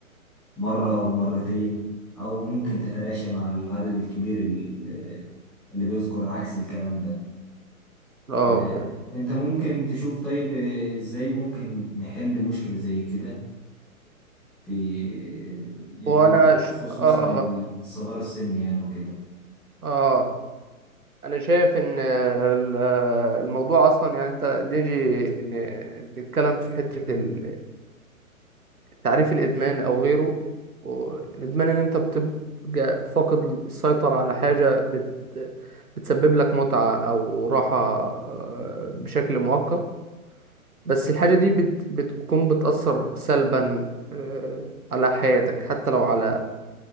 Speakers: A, in the centre; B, on the right.
A: مرة أو مرتين أو ممكن تتلاشى مع العدد الكبير ال- اللي بيذكر عكس الكلام ده
B: اه
A: آه،
B: اوكي
A: أنت ممكن تشوف طيب آه، إزاي ممكن نحل مشكلة زي كده في آه، ي-
B: وانا ش...
A: خصوصا
B: اه
A: الصغار السن يعني وكده
B: اه انا شايف ان ال- الموضوع اصلا يعني انت نيجي ن- نتكلم في حتة ال- تعريف الادمان او غيره و- الادمان ان انت بتبقى فاقد السيطرة على حاجة بت... بتسبب لك متعة او راحة آه، بشكل مؤقت بس الحاجة دي بت... بتكون بتأثر سلبا آه، على حياتك حتى لو على